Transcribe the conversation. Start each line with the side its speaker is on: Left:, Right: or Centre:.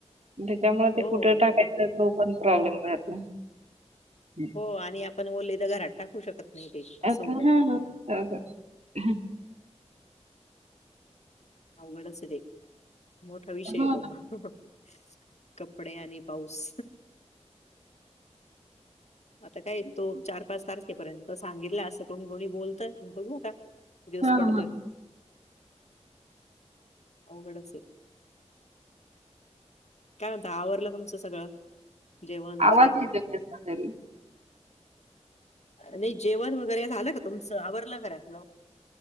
Right: त्यांच्यामुळे ते
Left: हो,
Right: कुठे टाकायचं
Left: ते
Right: तो पण प्रॉब्लेम राहतो. हम्म.
Left: हो आणि आपण बोलले तर घरात टाकू शकत नाही ते असं
Right: अ
Left: होतं.
Right: हा ह <unintelligible>
Left: अवघड असू दे, मोठा विषय
Right: हो
Left: आहे तो
Right: ना.
Left: का. कपडे आणि पाऊस. आता काय तो चार-पाच तारखेपर्यंत. तर सांगितलं असं, कोणी-कोणी बोलतय बघू आता किती दिवस
Right: हां,
Left: पडतोय.
Right: हां.
Left: अवघडच, काय म्हणता, आवरलं तुमचं सगळ. जेवन वगैरे?
Right: आवाज येतोय कसा तरी.
Left: नाही जेवण वगैरे झालं का तुमचं, आवरलं घरातलं.